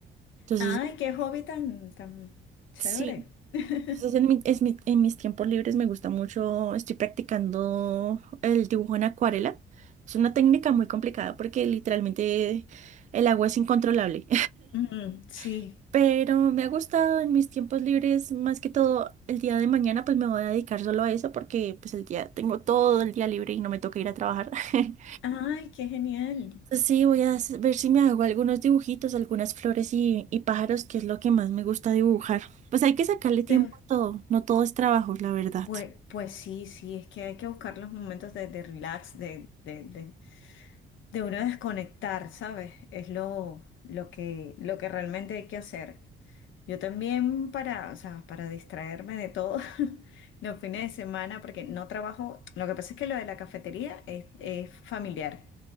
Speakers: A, on the right; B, on the left.
A: Entonces,
B: Ay, qué hobby tan, tan chévere.
A: sí.
B: <laughs>
A: Entonces, en, mi- es mi- en mis tiempos libres me gusta mucho, estoy practicando el dibujo en acuarela. Es una técnica muy complicada porque literalmente el agua es incontrolable.
B: Mm, sí.
A: <laughs> Pero me ha gustado en mis tiempos libres, más que todo el día de mañana, pues me voy a dedicar solo a eso porque pues el día tengo todo el día libre y no me toca ir a trabajar. <laughs>
B: Ay, qué genial.
A: Sí, voy a s- ver si me hago algunos dibujitos, algunas flores y, y pájaros, que es lo que más me gusta dibujar. Pues hay que sacarle tiempo
B: Te-
A: a todo, no todo es trabajo, la verdad.
B: pues, pues sí, sí, es que hay que buscar los momentos de, de relax, de, de, de, de uno desconectar, ¿sabes? Es lo, lo que, lo que realmente hay que hacer. Yo también para, o sea, para distraerme de todo <laughs> los fines de semana, porque no trabajo, lo que pasa es que lo de la cafetería es, es familiar,